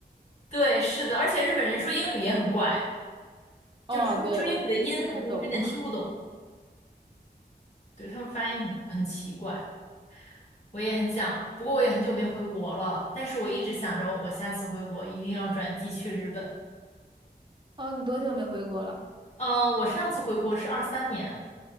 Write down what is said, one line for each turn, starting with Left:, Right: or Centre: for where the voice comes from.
Left: 对，是的，而且日本人说英语也很怪，
Right: 哦，
Left: 就是说说英语的音我有点听不懂，
Right: 对，我听不太懂。<laughs>
Left: 对他们发音很很奇怪。我也很想，不过我也很久没回国了，但是我一直想着我下次回国一定要转机去日本。
Right: 哦，你多久没回国了？
Left: 嗯，我上次回国是二三年，